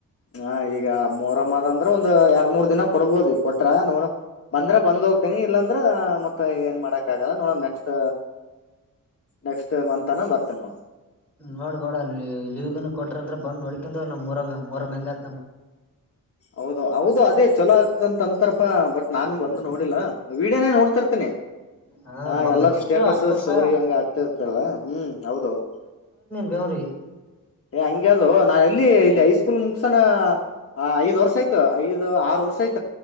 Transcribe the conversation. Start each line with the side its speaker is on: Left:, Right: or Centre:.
Left: ಹ ಈಗ ಮೊರಮ್ಮದಂತ ಅಂದ್ರ ಒಂದಂದು ಎರಡ್ ಮೂರ್ ದಿನ ಕೊಡ್ಬೋದು ಕೊಟ್ರ ನೋಡ ಬಂದ್ರ ಬಂದ್ ಹೋಗ್ತನಿ ಇಲ್ಲಾಂದ್ರ ಮತ್ತ ಏನ್ ಮಾಡಕ್ ಆಗಲ್ಲ ನೋಡಮ್ ನೆಕ್ಸ್ಟ್ ನೆಕ್ಸ್ಟ್ ಮಂತನ ಬರ್ತೇನಿ ನೋಡ
Centre: ನೋಡ್ಕೊಡ ಲೀವ್ ಕೊಟ್ರಂತ್ರ ಬಂದ್ ನೋಡಿ ಕಂತು ಮರೋ ಮರೋ ಎಂಂಗತ್ತ
Left: ಹೌದು ಹೌದು ಅದೇ ಚಲೋ ಇಂತ ಅಂತಾರಪಾ ಬಟ್ ನಾನು ಬಂದು ನೋಡಿಲ್ಲ ವಿಡಿಯೋನೇ ನೋಡ್ತಿರ್ತನಿ
Centre: ಹಾ
Left: ಆ
Centre: ಬ
Left: ಎಲ್ಲಾರ
Centre: ಮತ್ತ ಎಷ್ಟು
Left: ಸ್ಟೇಟಸ್
Centre: ಹತ್ತು ವರ್ಷ
Left: ಸ್ಟೋರಿ ಹೆಂಗ ಆಗ್ತಿರ್ತಾರಲ್ಲ ಹ್ಮ್ ಹೌದೌದು
Centre: ಬೆಂರಿಗೆ
Left: ಹಂಗಗೆ ಅದು ನಾನ ಎಲ್ಲಿ ಇಲ್ಲಿ ಐಸ್ ಕೂಲ್ ಮುಗಸಾನ ಹ ಐದ ವರ್ಷ ಆಯ್ತು ದು ಆರುರ್ಷ ಆಯತು